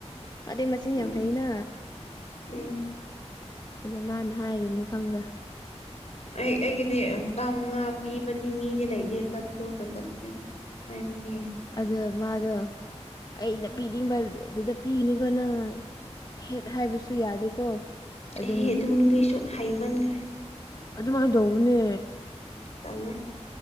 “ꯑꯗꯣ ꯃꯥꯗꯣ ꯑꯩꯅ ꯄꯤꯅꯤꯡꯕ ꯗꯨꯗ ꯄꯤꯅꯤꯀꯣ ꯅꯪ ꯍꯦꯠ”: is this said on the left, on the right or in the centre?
Left